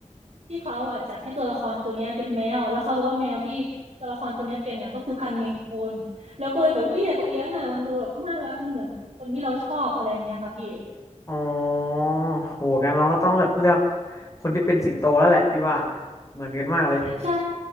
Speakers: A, on the right; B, on the left.
A: ที่เขาอ่ะจัดให้ตัวละครตัวเนี้ยเป็นแมวแล้วเขาบอกว่าแมวที่ตัวละครตัวเนี้ยเป็นน่ะก็คือพันธุ์เมนคูนแล้วก็เลยแบบอุ้ยอยากเลี้ยงอ่ะมันดูแบบน่ารักมันเหมือนคนที่เราชอบอะไรอย่างเงี้ยค่ะพี่
B: อ๋อโหกันน้องก็ต้องแบบเลือกคนที่เป็นสิงโตแล้วแหละพี่ว่าเหมือนกันมากเลย
A: ใช่